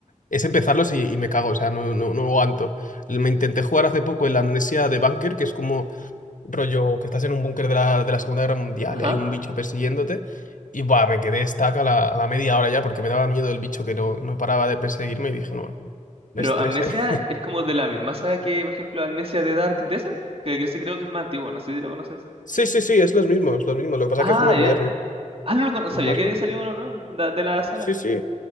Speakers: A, on the left; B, on the right.
A: Es empezarlos y, y me cago, o sea, no, no, no aguanto. Me intenté jugar hace poco el Amnesia de Bunker, que es como rollo que estás en un búnker de la, de la Segunda Guerra Mundial
B: Ajá.
A: y hay un bicho persiguiéndote. Y buah, me quedé estaca a la, a la media hora ya porque me daba miedo el bicho que no, no paraba de perseguirme y dije, no, no, me
B: Pero
A: estresa.
B: Amnesia
A: eh". <laughs>
B: es como de la misma saga que, por ejemplo, Amnesia de Dark Descent, que creo creo que es más antiguo, no sé si lo conoces.
A: Sí, sí, sí, es los mismos, los mismos. Lo que pasa
B: Ah,
A: es que es uno
B: ya.
A: moderno,
B: Ah, no, lo cono- no
A: no
B: sabía
A: más
B: que
A: no.
B: había salido uno nuevo da- de, la saga.
A: Sí, sí.